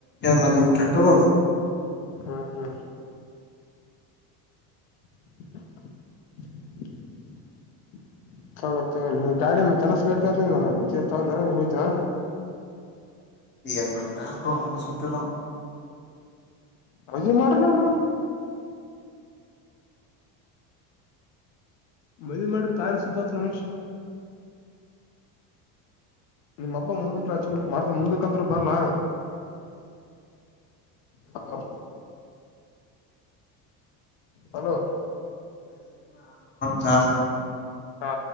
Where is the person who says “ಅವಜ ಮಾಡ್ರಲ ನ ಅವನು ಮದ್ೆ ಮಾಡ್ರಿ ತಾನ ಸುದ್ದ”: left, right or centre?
Left